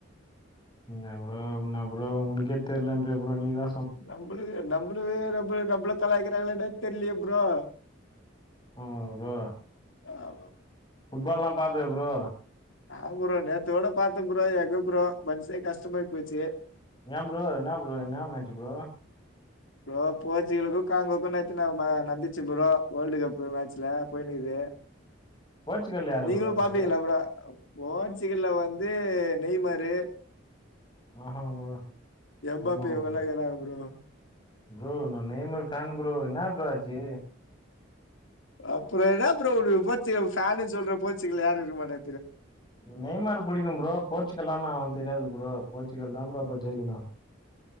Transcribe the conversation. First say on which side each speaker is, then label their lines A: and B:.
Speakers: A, on the left; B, on the left.
A: என்ன ப்ரோ உன்ன ப்ரோ உனக்கே தெர்லன்ற ப்ரோ நீதா
B: நம்பளயே நம்பளவே நம்ப நம்பள கலாய்க்கிறாங்களா என்னன்னு தெரிலயே ப்ரோ
A: ஆ ப்ரோ
B: ஆமா
A: ஃபுட் பால்லா பாப்பயா ப்ரோ
B: ஆம் ப்ரோ நேத்து கூட பாத்தே ப்ரோ எங்க ப்ரோ மன்சே கஷ்டமாயி போச்சி
A: ஏ ப்ரோ என்ன ப்ரோ என்ன மேட்டர் ப்ரோ
B: ப்ரோ போச்சிகளுக்கு காங்கோக்கு நேத்து நா ம நடந்திச்சி ப்ரோ வேல்டு கப் மேட்ச்சுல போய்ன்னுக்குது
A: போர்ச்சுகல் யாரு
B: நீங்களு
A: ப்ரோ ஆடுறது?
B: பாப்பீங்களா ப்ரோ போர்ச்சிக்கல்ல வந்து நெய்மரு
A: ஆஹா ப்ரோ.
B: எம்பாப்பி
A: ஆமா
B: இவங்கெல்லா
A: ப்ரோ.
B: இக்கிறாங்க ப்ரோ
A: ப்ரோ நா நெய்மர் ஃபேன் ப்ரோ என்ன ப்ரோ ஆச்சி
B: அப்பறோ என்ன ப்ரோ உனக்கு போர்ச்சிக்கல் ஃபேன்னு சொல்ற போர்ச்சிக்கல யாரு இருக்க மாட்டா
A: நெய்மர் புடிக்கு ப்ரோ போர்ச்சுக்கல்லான்னு அவே வந்து தெரியாது ப்ரோ போர்ச்சுக்கல் தா ப்ரோ பஜெய்ங்கனா